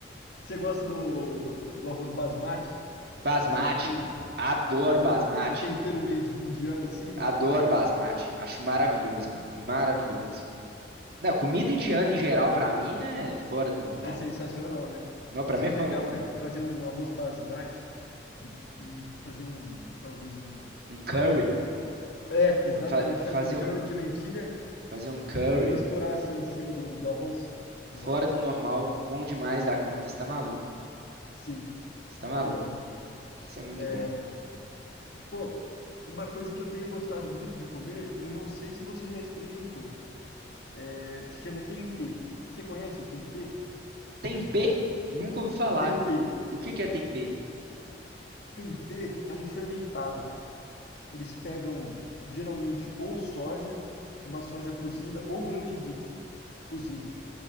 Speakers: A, on the left (about 65°); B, on the right (about 55°).
A: Você gosta do, do arroz basmati?
B: Basmati,
A: Fazer tipo
B: adoro
A: um,
B: basmati,
A: um tempero meio de- indiano assim no,
B: adoro
A: no arroz?
B: basmati. Acho maravilhoso, velho, maravilhoso. Não, comida indiana em geral pra mim é fora do normal.
A: É sensacional, né?
B: Não, pra
A: Se
B: mim
A: pegar,
B: é fora do normal.
A: fa- fazer um arroz basmati e, e fazer um, talvez um.
B: Um curry,
A: É, exatamente,
B: fa- fazer
A: faz um curry
B: um,
A: de lentilha
B: fazer um curry.
A: pra misturar assim em cima do, do arroz.
B: Fora
A: Nossa,
B: do normal,
A: cara.
B: bom demais da conta. Você tá maluco.
A: sim,
B: Você tá maluco.
A: verdade.
B: Isso é muito
A: É,
B: bom.
A: pô, uma coisa que eu tenho gostado muito de comer, eu não sei se você já experimentou. É, se chama tempê. Você conhece o tempê?
B: Tempê? Nunca ouvi falar.
A: É tempê.
B: O, o que que é tempê?
A: Tempê é um fermentado. Eles pegam geralmente ou soja, uma soja cozida, ou grão de bico cozido.